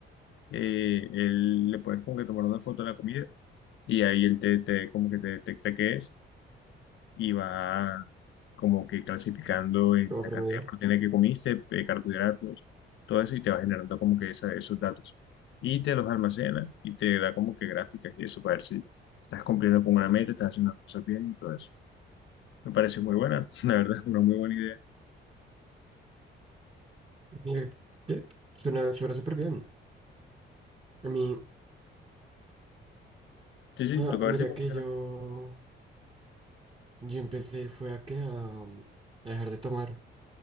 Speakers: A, on the left; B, on the right.
A: Eh, él le puedes como que tomar una foto de la comida y ahí él te, te- como que te detecta qué es y va como que clasificando en
B: lo va
A: la
B: a
A: cantidad
B: promediar.
A: de proteína que comiste, de carbohidratos, todo eso y te va generando como que esa- esos datos. Y te los almacena y te da como que gráficas y eso para ver si estás cumpliendo con una meta, estás haciendo las cosas bien y todo eso. Me parece muy buena, <laughs> la verdad, una muy buena idea.
B: Mira, que suena, suena súper bien. A mí.
A: Sí, sí,
B: Ah,
A: toca
B: mira
A: ver si funciona.
B: que yo, yo empecé fue a que a, um, a dejar de tomar.